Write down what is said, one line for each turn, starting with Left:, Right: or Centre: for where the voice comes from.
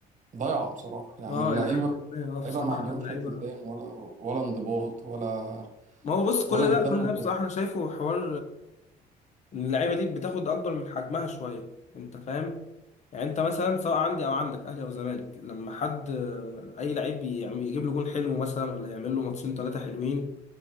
Right: ضايعة بصراحة يعني
Left: اه
Right: اللعيبة
Left: الحمد لله اه
Right: اللعيبة
Left: بصراحه
Right: ما عندهمش
Left: اللعيبه
Right: التزام ولا ولا انضباط ولا
Left: ما هو بص كل
Right: ولا بيهتموا
Left: ده كل ده بصراحه انا شايفه حوار اللعيبه دي بتاخد اكبر من حجمها شويه انت فاهم يعني انت مثلا سواء عندي او عندك اهلي او زمالك لما حد اي لعيب بيعم- يجيب له جون حلو مثلا ولا يعمل له ماتشين ثلاثه حلوين